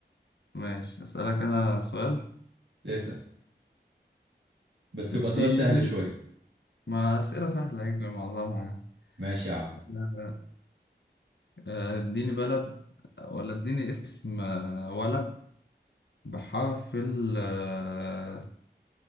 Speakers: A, on the left; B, on the right.
A: ماشي أسألك أنا سؤال
B: اسأل بس
A: اديني
B: يبقى سؤال سهل شوية
A: ما أسئلة سهلة هيك معظمها
B: ماشي يا عم
A: يعني آه، اديني بلد ولا اديني اسم آه، ولد بحرف ال آه،